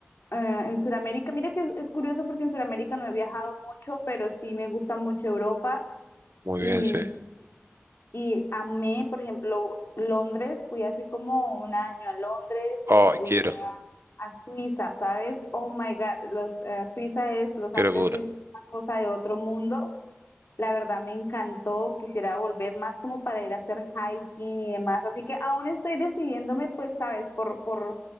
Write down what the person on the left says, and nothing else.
eh, en Sudamérica, mira que es, es curioso porque en Sudamérica no he viajado mucho, pero sí me gusta mucho Europa
y,
y amé, por ejemplo, Londres, fui hace como un año a Londres
y fui
a Suiza, ¿sabes? Oh my God, los, eh, Suiza es, los
Alpes
suizos, es una cosa de otro mundo. La verdad me encantó, quisiera volver más como para ir a hacer hiking y demás. Así que aún estoy decidiéndome, pues, sabes, por, por,